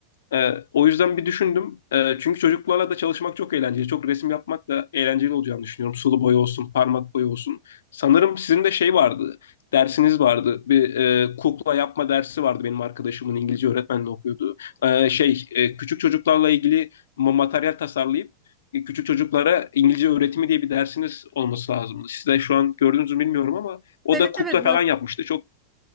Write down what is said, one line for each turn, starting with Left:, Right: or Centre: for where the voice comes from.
Left: Ee, o yüzden bir düşündüm. Ee, çünkü çocuklarla da çalışmak çok eğlenceli. Çok resim yapmak da eğlenceli olacağını düşünüyorum. Sulu boya olsun, parmak boya olsun. Sanırım sizin de şey vardı, dersiniz vardı. Bir e, kukla yapma dersi vardı benim arkadaşımın İngilizce öğretmenle okuyordu. Ee, şey, e, küçük çocuklarla ilgili ma- materyal tasarlayıp e, küçük çocuklara İngilizce öğretimi diye bir dersiniz olması lazımdı. Siz de şu an gördünüz mü bilmiyorum ama o
Right: Evet
Left: da kukla
Right: evet mat-
Left: falan yapmıştı. Çok